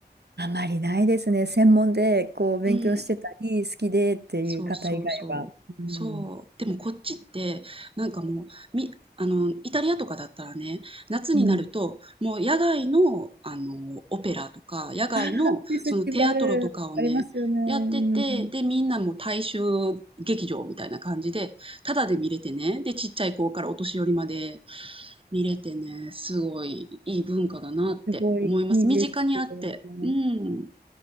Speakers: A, on the right; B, on the right.
A: あまりないですね。専門でこう勉強してたり、
B: うん。
A: 好きでっていう方以外は。
B: そうそうそう。
A: うん。
B: そう。でもこっちって、なんかもう、み、あの、イタリアとかだったらね、夏になると、
A: うん、
B: もう野外の、あの、オペラとか、野外の、
A: ああ、フェスティバル、
B: そのテアトロとかをね、
A: ありますよね。うんうん
B: やってて、で、みんなもう大衆劇場みたいな感じで、タダで見れてね、で、ちっちゃい子からお年寄りまで見れてね、すごいいい文化だなって思います。
A: すごいいいですけどね。
B: 身近にあって。うん。